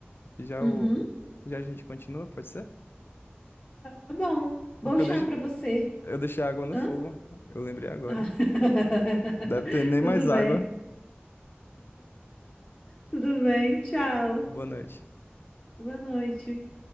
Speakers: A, on the left; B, on the left.
A: e já,
B: Uhum.
A: o, já a gente continua, pode ser?
B: Tá bom.
A: Porque
B: Bom chá
A: eu deixo,
B: pra você.
A: eu deixei a água no
B: Hã?
A: fogo, eu lembrei agora.
B: Ah. <laughs>
A: Deve ter nem
B: Tudo
A: mais água.
B: bem. Tudo bem. Tchau.
A: Boa noite.
B: Boa noite.